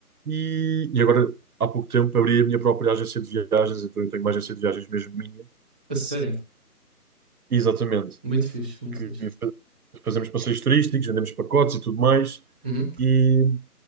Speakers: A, on the right (about 70°); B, in the centre.
A: e, e agora há pouco tempo abri a minha própria agência de viagens, então eu tenho uma agência de viagens mesmo minha,
B: a sério?
A: exatamente,
B: Muito fixe, muito
A: que
B: fixe.
A: fa- fazemos passeios turísticos, vendemos pacotes e tudo mais.
B: Uhum.
A: E,